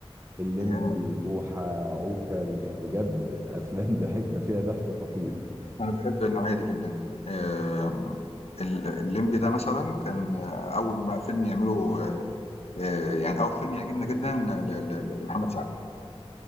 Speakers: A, on the right; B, on the left.
A: الليمبي
B: آه،
A: بوحة عوكل بجد افلام ضحكنا فيها ضحك خطير
B: أنا باحب النوعية دي جدًا، آمم ال الليمبي ده مثلًا كان آه، أول ما فيلم يعمله آآ يعني أول فيلم يعجبني جدًا ل ل ل لمحمد سعد،